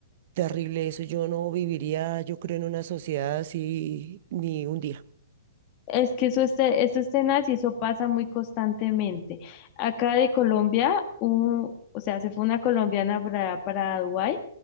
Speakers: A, on the right; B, on the left.
A: Terrible eso, yo no viviría, yo creo, en una sociedad así ni un día.
B: Es que eso, este, eso es tenaz y eso pasa muy constantemente. Acá de Colombia, un- o sea, se fue una colombiana para, para Dubái,